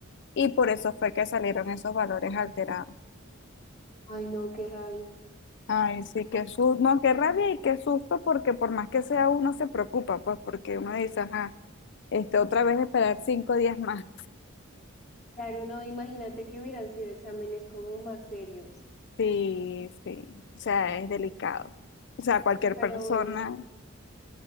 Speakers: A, on the left; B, on the left.
A: Y por
B: sí.
A: eso fue que salieron esos valores alterados.
B: Ay, no, qué rabia.
A: Ay, sí, qué susto, no, qué rabia y qué susto, porque por más que sea uno se preocupa, pues porque uno dice, ajá, este, otra vez esperar cinco días más.
B: Claro, no, imagínate que hubieran sido exámenes como más serios.
A: Sí, sí, o sea, es delicado. O sea, cualquier
B: Pero
A: persona
B: bueno,